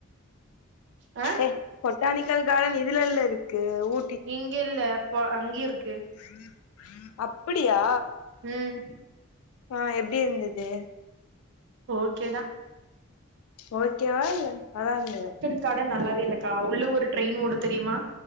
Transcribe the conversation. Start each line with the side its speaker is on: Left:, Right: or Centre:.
Right: ஆ
Left: ஏ பொட்டானிக்கல் கார்டன் இதுலல்ல இருக்கு ஊ
Right: இங்க இல்ல போ அங்கயு இருக்கு
Left: <unintelligible> அப்படியா
Right: ம்
Left: அ எப்டி இருந்தது
Right: ஓகே தா
Left: ஓகேவா இல்ல நல்லா இருந்ததா
Right: கட நல்லாவே இல்லக்கா உள்ள ஒரு ட்ரெயின் ஓடுத் தெரியுமா